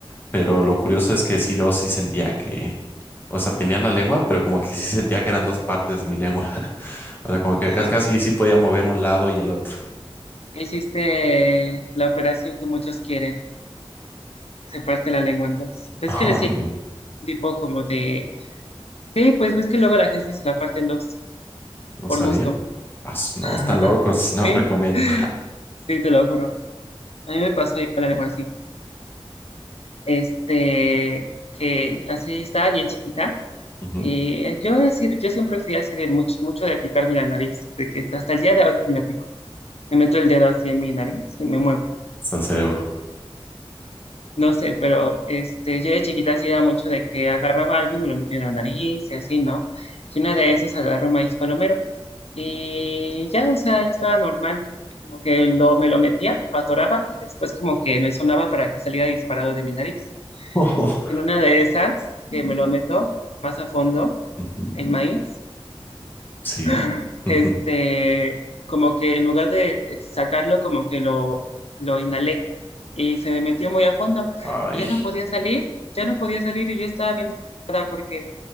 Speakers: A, on the left; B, on the left.
A: Pero lo curioso es que sí, luego sí sentía que, o sea, tenía la lengua, pero como que sí sentía que eran dos partes de mi lengua. <laughs> O sea, como
B: <laughs>
A: que casi casi sí podía mover un lado y el otro.
B: Hiciste la operación que muchos quieren. que Se parte la lengua en dos. ¿Ves
A: <laughs> Ay,
B: que le hicieron
A: no,
B: un tipo como de... Sí, pues ves que luego la gente se la parte en dos,
A: no
B: por
A: sabía.
B: gusto.
A: Ah, su- No,
B: <laughs>
A: están locos, no
B: Sí,
A: recomiendo.
B: sí, te lo juro. A mí me pasó igual algo así. este, que así estaba bien chiquita.
A: <laughs> Ujú,
B: Y yo, así- yo siempre fui así de mucho, mucho de picarme la nariz, de que hasta el día de hoy me la pico. Me meto el dedo así en mi nariz y me muevo.
A: Está el cerebro.
B: No sé, pero este, yo de chiquita hacía mucho de que agarraba algo y me lo metía en la nariz y así, ¿no? Y una de esas agarró maíz palomero. Y ya, o sea, yo estaba normal. Como que lo, me lo metía, lo atoraba y después como que me sonaba para que saliera disparado de mi nariz.
A: <laughs>
B: En una de esas, que me lo meto más a fondo,
A: Ujú,
B: el maíz,
A: Sí.
B: <gasps>
A: <laughs>
B: este, como que en lugar de sacarlo, como que lo, lo inhalé y se me metió muy a fondo
A: Ay,
B: y ya no podía salir, ya no podía salir y yo estaba bien preocupada porque